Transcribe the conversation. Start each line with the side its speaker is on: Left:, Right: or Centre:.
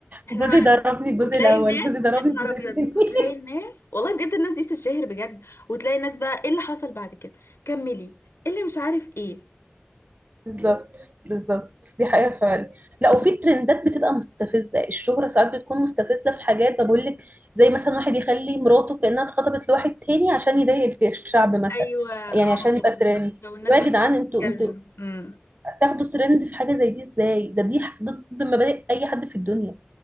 Left: احنا
Right: جوزي
Left: مالنا
Right: ضربني الجزء
Left: وتلاقي
Right: الاول
Left: الناس
Right: جوزي ضربني
Left: يا نهار
Right: الجزء
Left: ابيض
Right: الثاني
Left: وتلاقي
Right: <laughs>
Left: الناس والله بجد الناس دي بتتشهر بجد وتلاقي الناس بقى ايه اللي حصل بعد كده كملي إيه اللي مش عارف ايه
Right: بالظبط بالظبط دي حقيقة فعلا لا وفي ترندات بتبقى مستفزة الشهرة ساعات بتكون مستفزة في حاجات بقول لك زي مثلا واحد يخلي مراته كأنها اتخطبت لواحد تاني عشان يضايق الشعب مثلا
Left: ايوه اه
Right: يعني عشان يبقى
Left: بالظبط
Right: ترند
Left: لو الناس
Right: يا
Left: بقى
Right: جدعان
Left: تقعد
Right: انتوا
Left: تتكلم
Right: انتوا
Left: امم
Right: تاخدوا ترند في حاجة زي دي ازاي ده دي ضد مبادئ أي حد في الدنيا